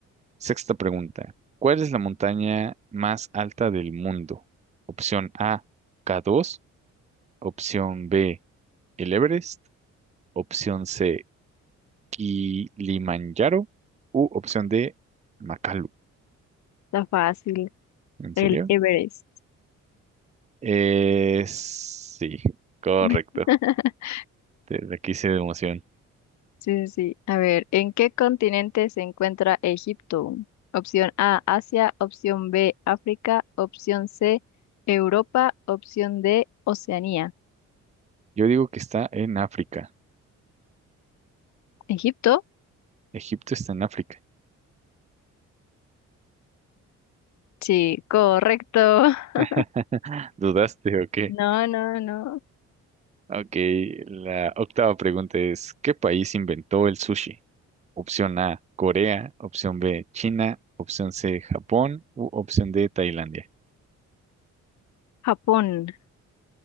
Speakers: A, on the right; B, on the left.
A: Sexta pregunta. ¿Cuál es la montaña más alta del mundo? Opción A, K2. Opción B, el Everest. Opción C, Kilimanjaro. U opción D, Makalu.
B: está fácil.
A: ¿En
B: El
A: serio?
B: Everest.
A: Eh, sí, correcto.
B: <laughs>
A: Te la quise de emoción.
B: Sí, sí. sí. A ver, ¿en qué continente se encuentra Egipto? Opción A, Asia, opción B, África, opción C, Europa, opción D, Oceanía.
A: Yo digo que está en África.
B: ¿Egipto?
A: Egipto está en África.
B: Sí, correcto. <laughs>
A: <laughs> ¿Dudaste o qué?
B: No, no, no.
A: Ok, la octava pregunta es, ¿qué país inventó el sushi? Opción A, Corea, opción B, China, opción C, Japón u opción D, Tailandia.
B: Japón.